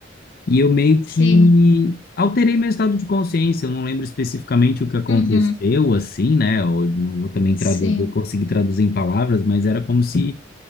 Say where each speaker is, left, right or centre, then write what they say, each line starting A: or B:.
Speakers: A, on the left; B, on the left.
A: E eu meio
B: Sim.
A: que alterei meu estado de consciência. Eu não lembro especificamente o que aconteceu,
B: Uhum.
A: assim, né? Eu não vou também traduzir,
B: Sim.
A: conseguir traduzir em palavras, mas era como se